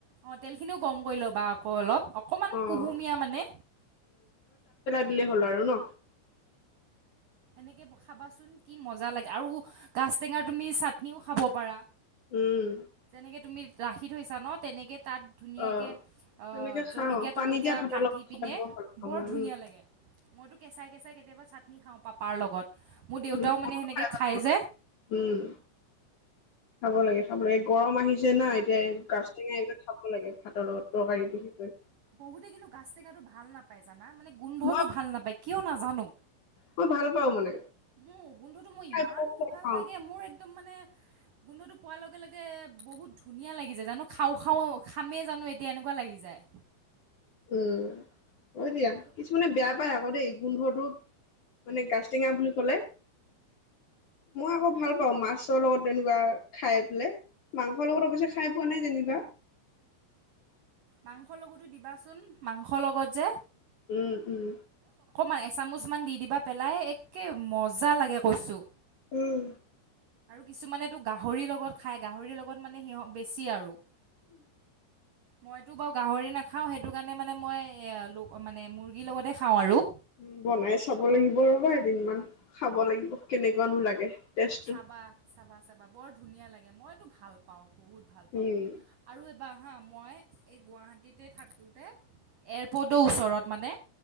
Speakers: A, on the right; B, on the left.
A: অ তেলখিনিও গম কৰি ল'বা আকৌ অলপ অকণমান
B: অ',
A: কুহুমীয়া মানে।
B: দিলে হ'ল আৰু ন।
A: এনেকে খাবাচোন কি মজা লাগে আৰু কাচ টেঙা তুমি চাটনিও খাব পাৰা।
B: উম।
A: যেনেকে তুমি ৰাখি থৈছা ন, তেনেকে তাত ধুনীয়াকে
B: অ'।
A: অ'
B: সেনেকে খাওঁ,
A: জলকীয়া
B: পানী
A: তলকীয়া
B: দিয়া ভাতৰ
A: কাট
B: লগত
A: চাটি পিনে
B: খাই বৰ ভাল পাওঁ
A: বৰ
B: মই,
A: ধুনীয়া
B: উম,
A: লাগে মইতো কেচাই - কেচাই কেতিয়াবা চাটনি খাও পাপাৰ লগত। মোৰ দেউতাও
B: উম, মইও
A: মানে সেনেকে
B: খাই ভাল
A: খায়
B: পাওঁ,
A: যে।
B: উম। খাব লাগে খাব লাগে গৰম আহিছে না এতিয়া এই গাজ টেঙা এইবিলাক খাব লাগে ভাতৰ লগত তৰকাৰি বিশেষকৈ
A: বহুতে কিন্তু গাজ টেঙাতটো ভাল নাপায় জানো। নাই মানে গোন্ধটো
B: মই
A: ভাল নাপায় কিয় নাজানো।
B: মই ভাল পাওঁ মানে
A: মোৰ গোন্ধুটো মোৰ ইমান
B: খাই বহুত
A: মোৰ ভাল
B: পাওঁ
A: লাগে মোৰ একদম মানে গোন্ধটো পোৱাৰ লগে - লগে বহুত ধুনীয়া লাগি যায় জানো খাও - খাও খামেই জানো এতিয়া এনেকুৱা লাগি যায়।
B: <inaudible> উ অ' দিয়া
A: তো
B: কিছুমানে বেয়া পাই আকৌ দেই গোন্ধটো মানে কা টেঙা বুলি কলে মই আকৌ। ভাল পাওঁ মাছৰ লগত তেনেকুৱা খাই পেলাই, মাংসৰ লগত অৱশ্যে খাই পোৱা নাই যেনি <unintelligible>
A: মাংসৰ লগতো দিবাচোন মাংসৰ লগত যে
B: উম - উম।
A: মান এচামোচ মান দি দিবা পেলাই একে মজা লাগে কৈছোঁ।
B: উম
A: আৰু কিছুমানেতো গাহৰিৰ লগত খাই গাহৰিৰ লগত মানে সিহ বেছি আৰু
B: <inaudible>
A: মইতো বাৰু গাহৰি নাখাও সেইটো কাৰণে মানে মই ল মানে মুৰ্গীৰ লগতে খাও আৰু।
B: উম, বনাই চাব লাগিব ৰ'বা এদিন মমান খাব লাগিব কেনেকুৱানো লাগে। টেষ্টটো
A: চাবা- চাবা- চাবা বৰ ধুনীয়া লাগে মইতো ভাল পাও। বহুত ভাল পাও
B: উম
A: আৰু এবাৰ হা মই এই গুৱাহাটীতে থাকোতে এয়াৰপৰ্টৰ ওচৰত মানে